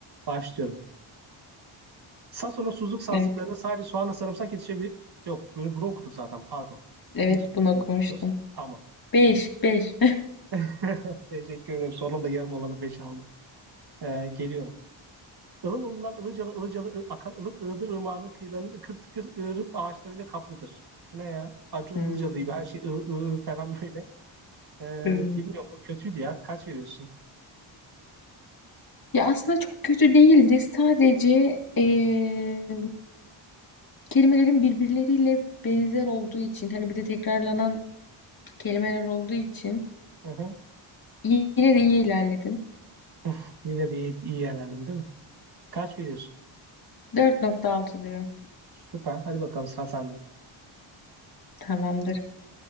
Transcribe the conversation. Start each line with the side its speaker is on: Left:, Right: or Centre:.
Right: Başlıyorum. Sason'un suzluk sazlıklarına
Left: Evet,
Right: sadece soğanla sarımsak yetişebilir. Yok, bunu, bunu okuduk zaten. Pardon.
Left: evet
Right: Bir sonrakine
Left: bunu okumuştum.
Right: geçiyoruz. Tamam.
Left: 5, 5.
Right: <laughs> Teşekkür ederim. Sonunda yarım olanı 5 aldım. Ee, geliyorum. Ilım ılınan ılıcalı ılıcalı akan ılık ığdır ırmağının kıyılarının ıkır tıkır ığırıp ağaçlarıyla kaplıdır. Bu ne ya? Acun
Left: <laughs> Hmm.
Right: Ilıcalı gibi her şey ığ ığ falan böyle. Ee,
Left: ıı.
Right: bilmiyorum bu kötüydü ya. Kaç veriyorsun?
Left: Ya aslında çok kötü değildi. Sadece eee, Kelimelerin birbirleriyle benzer olduğu için hani bir de tekrarlanan kelimeler olduğu için
Right: Hı hı.
Left: yine de iyi ilerledin.
Right: <laughs> Yine de iyi, iyi yerlerdin değil mi? Kaç veriyorsun?
Left: Dört nokta altı diyorum.
Right: Süper. Hadi bakalım sıra sende.
Left: Tamamdır.